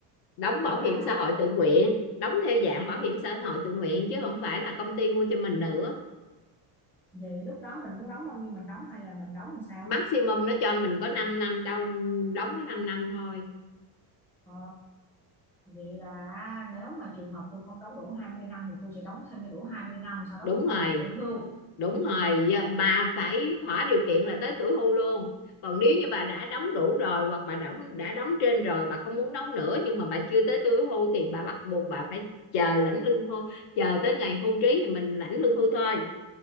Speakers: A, on the left; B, in the centre.
A: đóng bảo
B: nghĩa là
A: hiểm xã hội tự nguyện đóng theo dạng bảo hiểm xã hội tự nguyện chứ không phải là công ty mua cho mình nữa
B: vậy lúc đó mình muốn đóng bao nhiêu mình đóng hay là mình đóng làm sao
A: maximum nó cho mình có 5 năm đâu đóng có 5 năm thôi
B: ờ vậy là nếu mà trường hợp tôi không đóng đủ 20 năm thì tôi sẽ đóng thêm cho đủ 20 năm sau đó
A: đúng
B: tôi mới được
A: rồi
B: nhận lương hưu
A: đúng
B: ừ
A: rồi bà phải thỏa điều kiện là tới tuổi hưu luôn còn nếu như bà đã đóng đủ rồi hoặc bà đóng đã đóng trên rồi bà không muốn đóng nữa nhưng mà bà chưa tới tuổi hưu thì bà bắt buộc bà phải chờ lãnh lương hưu chờ tới ngày hưu trí thì mình lãnh lương hưu thôi